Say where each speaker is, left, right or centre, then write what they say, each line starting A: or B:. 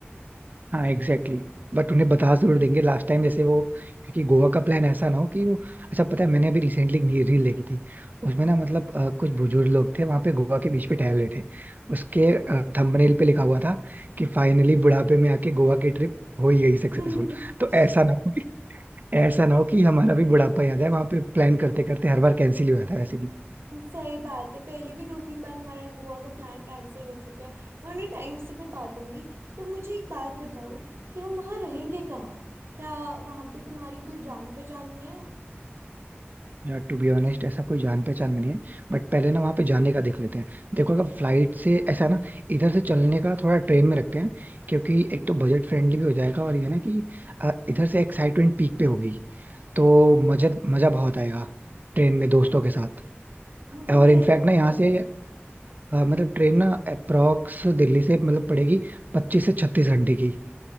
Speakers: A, on the right; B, on the right.
A: हाँ एग्जैक्टली exactly. बट उन्हें बता जरूर देंगे लास्ट टाइम जैसे वो क्योंकि गोवा का प्लान ऐसा ना हो कि वो अच्छा पता है मैंने अभी रिसेंटली रील देखी थी उसमें ना मतलब अ, कुछ बुजुर्ग लोग थे वहां पे गोवा के बीच पे टहल रहे थे उसके थंबनेल पे लिखा हुआ था कि फाइनली बुढ़ापे में आके गोवा की ट्रिप हो ही गई
B: <laughs>
A: सक्सेसफुल तो ऐसा ना हो कि ऐसा ना हो कि हमारा भी बुढ़ापा याद है वहां पे प्लान करते करते हर बार कैंसिल ही हुआ था वैसे
B: सही बात है पहले भी दो तीन बार हमारा गोवा का प्लान कैंसिल हो चुका है मैं उन्हें टाइम से बता दूंगी तो मुझे एक बात बताओ कि हम वहाँ रहेंगे कहाँ क्या वहाँ पे तुम्हारी कोई जान पहचान में है
A: यार टू बी ऑनेस्ट ऐसा कोई जान पहचान में नहीं है बट पहले ना वहां पे जाने का देख लेते हैं देखो अगर फ्लाइट से ऐसा है ना इधर से चलने का थोड़ा ट्रेन में रखते हैं क्योंकि एक तो बजट फ्रेंडली भी हो जाएगा और ये ना कि अ, इधर से एक्साइटमेंट पीक पे होगी तो मजा मजा बहुत आएगा ट्रेन में दोस्तों के साथ
B: मुझे भी
A: और इनफैक्ट
B: यही लगता
A: ना यहाँ
B: है
A: से अ, मतलब ट्रेन ना अप्रोक्स दिल्ली से मतलब पड़ेगी पच्चीस से छत्तीस घंटे की